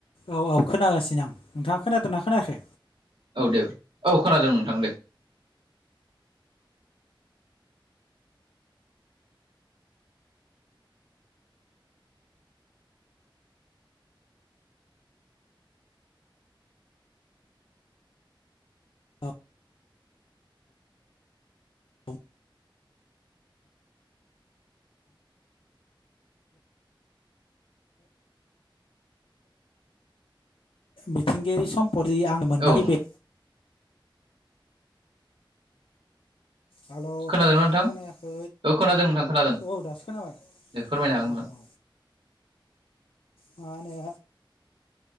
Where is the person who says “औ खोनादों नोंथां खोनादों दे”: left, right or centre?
Right